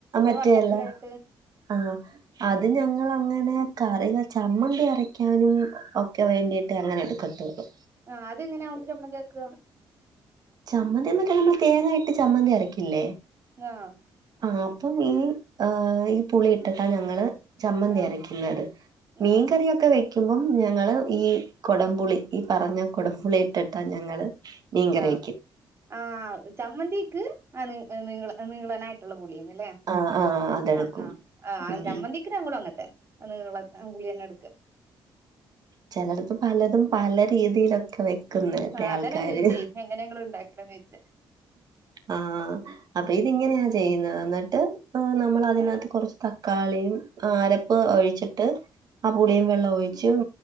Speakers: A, on the right (about 55°); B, on the right (about 30°).
A: മറ്റേല്ല
B: ഒരു വട്ടത്തിലായിട്ട്
A: ആഹ് അത് ഞങ്ങളങ്ങനെ കറിന്നാ ചമ്മന്തി അരക്കാനും ഒക്കെ വേണ്ടിട്ട് അങ്ങനെ എടുക്കും കത്ത്ഹ്
B: ആഹ് അതെങ്ങനെയ അഓണ്ട് ചമ്മന്തിയാക്അ?
A: ചമ്മന്തിന്ന്ക്കമ്മ തേങ്ങയിട്ട് ചമ്മന്തി അരക്കില്ലേ
B: ആഹ്
A: ആ അപ്പം ഈ ഹ് ഈ പുളിഇട്ടിട്ടാ ഞങ്ങള് ചമ്മന്തി
B: ആഹ്
A: അരക്ക്‌ന്നത് മീൻകറിയൊക്കെ
B: ആഹ്
A: വെ‌ ക്കുമ്പം ഞങ്ങള് ഈ കൊടംപുളി ഈ പറഞ്ഞ കൊടംപുളി ഇട്ടിട്ടാ ഞങ്ങള്. മീൻക്കറി
B: ആഹ് ആഹ് ചമ്മന്തീക്ക് ആ നി ഏഹ് നീള നീളനായിട്ട്ള്ള പുളീന്ന്ല്ലേ
A: ആ ആ അതെടുക്കും
B: ആ ആ ആഹ്
A: ഉം
B: ചമ്മന്തീക്ക് ഞങ്ങളും അങ്ങൻത്തന്നെ നിള ആ പുളിയെന്നെ ഇട്ക്ക്അ
A: ചെലർക്ക് പലതും പല രീതിയിലൊക്കെ വെ ക്കുന്നെ
B: ആഹ്
A: ആൾക്കാര്
B: അതാ ഞാൻ ചോദിച്ചേ എങ്ങനെ നിങ്ങള് ഉണ്ടാക്കണന്ന് ചോദിച്ചേ
A: ആഹ്. അപ്പൊ ഇതിങ്ങനെയാ ചെയ്യ്ന്നത് ന്നിട്ട് നമ്മൾ അതിനകത്ത് കൊറച്ച് തക്കാളീം. ആ അരപ്പ് ഒയിച്ചിട്ട്
B: ആഹ്
A: ആ പുളിയും വെള്ളം ഒയ് ച്ചും